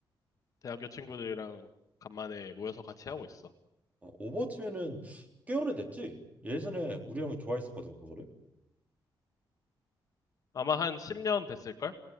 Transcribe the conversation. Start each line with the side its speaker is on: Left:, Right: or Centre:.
Left: 대학교 친구들이랑 간만에 모여서 같이 하고 있어.
Right: 어, 오버워치면은 꽤 오래됐지? 예전에 우리 형이 좋아했었거든, 그거를.
Left: 아마 한 10년 됐을걸?